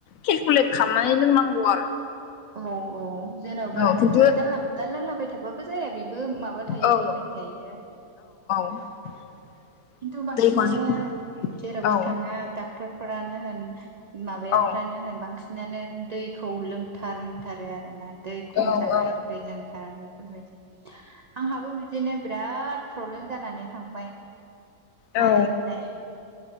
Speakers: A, on the left; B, on the right.
A: केलकुलेट खालामनानै लोंनांगौ आरो।
B: औ औ जेन'बा
A: औ खिन्थु
B: नोङो जानला मोनानला लोंलाबाय थाबाबो जाया बे बो माबा थायो
A: औ
B: लिमिट थायो।
A: <unintelligible>
B: खिन्थु बांसिनानो
A: दैखौ जों
B: जेरावखि
A: औ
B: थाङो डाक्टरफोरानो होन माबाया
A: औ
B: नो होन बांसिन नानो दैखौ लोंथार होनथारो आरोना। दै खम
A: औ
B: जादों दै लोंथार बेबायदि। आंहाबो बिदिनो बिराद प्रब्लेम जानानै थांबाय
A: औ
B: मानोमोनलाय